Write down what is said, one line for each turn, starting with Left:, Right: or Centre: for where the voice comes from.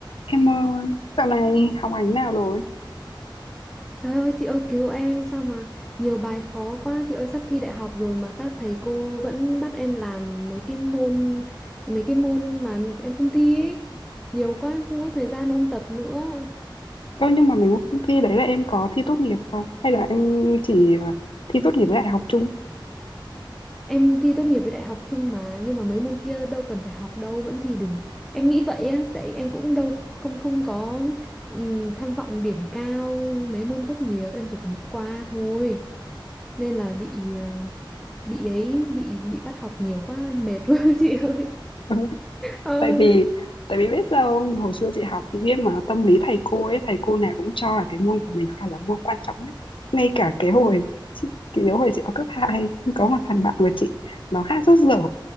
Left: Em ơi, dạo này học hành nào rồi?
Centre: Trời ơi chị ơi cứu em sao mà nhiều bài khó quá chị ơi sắp thi đại học rồi mà các thầy cô vẫn bắt em làm mấy cái môn mấy cái môn mà em không thi ấy. Nhiều quá em không có thời gian ôn tập nữa.
Left: Ơ nhưng mà mấy cuộc thi đấy là em có thi tốt nghiệp không? Hay là em chỉ ờ, thi tốt nghiệp với đại học chung? <laughs>
Centre: Em thi tốt nghiệp với đại học chung mà nhưng mà mấy môn kia đâu cần phải học đâu vẫn thi được. Em nghĩ vậy á tại em cũng đâu không không có ừm, tham vọng điểm cao mấy môn tốt nghiệp em chỉ cần qua thôi. Nên là bị ờ, bị ấy bị bị bắt học nhiều quá em mệt quá <laughs> chị ơi.
Left: Ừ,
Centre: Ờ,
Left: tại vì tại vì biết sao không? hồi xưa chị học chị biết mà tâm lý thầy cô ấy, thầy cô nào cũng cho là cái môn của mình phải là môn quan trọng nhất. Ngay cả cái hồi chị, chị nhớ hồi chị học cấp 2 có một thằng bạn của chị nó hát rất dở